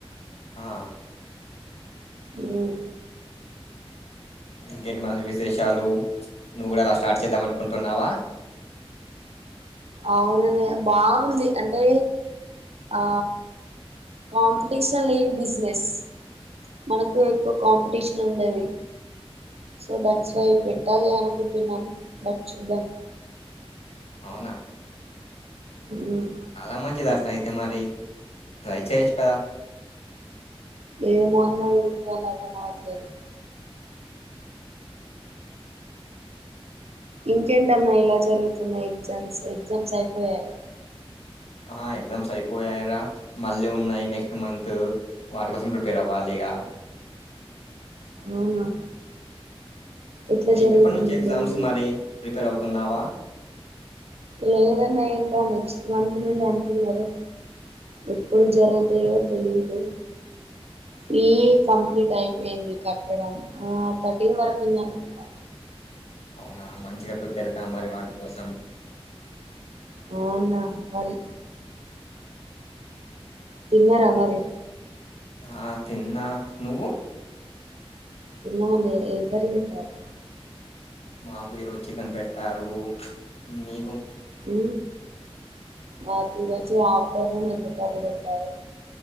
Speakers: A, on the left; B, on the right.
A: ఆ
B: ఉమ్
A: ఇంకేంటి మరి విసేషాలు నువ్వు కూడా అలా స్టార్ట్ చేద్దాం అనుకుంటున్నావా
B: అవునన్నయ్య బాగుంది అంటే ఆ కాంపిటీషన్ లేని బిజినెస్ మనకు ఎక్కువ కాంపిటీషన్ ఉండది సో దట్స్ వై పెట్టాలి అనుకుంటున్నాం బట్ చూద్దాం
A: అవున
B: మ్మ్.
A: చాలా మంచిది అట్లా అయిత్ తే మరి ట్రై చేయొచ్చు కదా
B: ఏమోన్లైన్ విదాల అర్థం అవట్లేదు ఇంకేంటన్నా ఇలా జరుగుతున్నా ఎగ్జామ్స్ ఎగ్జామ్స్ అయిపోయాయి
A: ఆ ఎగ్జామ్స్ అయిపోయారా మళ్ళీ ఉన్నాయి నెక్స్ట్ మంత్ వాటి కోసం ప్రిపేర్ అవ్వాలి ఇక
B: అవునా ఎట్లా
A: మీకు
B: జరుగుతుంది
A: ఎప్పటి నుంచి ఎగ్జామ్స్
B: డైలీ
A: మరి ప్రిపేర్ అవుతున్నావా
B: లేదన్న ఇంకా నెక్స్ట్ మంత్ నుండి అంటున్నారు ఎప్పుడు జరుగుతాయో తెలీదు ఫీ కంప్లీట్ అయిపోయింది కట్టడం ఆ థర్టీన్ వరకు ఉంది అకుడా
A: అవునా మంచి కపిపేరు కా మరి వాటి కోసం
B: అవునా మరి తిన్నరా మరే
A: ఆ తిన్నా నువ్వు
B: తిన్నమంటే ఏం కర్రీ పెట్టారు
A: మాకు ఈరోజు చికెన్ పెట్టారు మీ
B: ఉ మాకు ఈరోజు ఆఫర్ ఎందుకనే కట్టారు